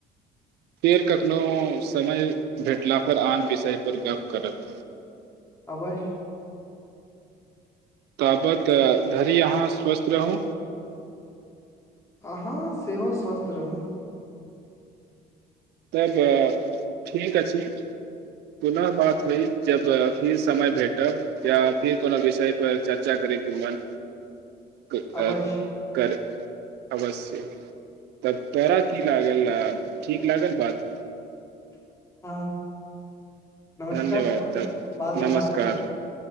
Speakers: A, on the right (about 80°); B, on the left (about 15°).
A: फेर कखनोहु समय भेटलापर आन विषयपर गप्प करत
B: अवश
A: ताबत धरि अहाँ स्वस्थ रहू
B: अहाँ सेहो स्वस्थ रहू
A: तब ठीक अछि पुनः बात होय जब फिर समय भेटब या फिर कोनो विषयपर चर्चा करयके मन क
B: अवश्य
A: आ कर <inaudible> अवश्य तब तोरा की लागल ठीक लागल बात
B: <inaudible> नमस्कार
A: धन्यवाद
B: त
A: तब
B: बादमे
A: नमस्कार
B: बात करे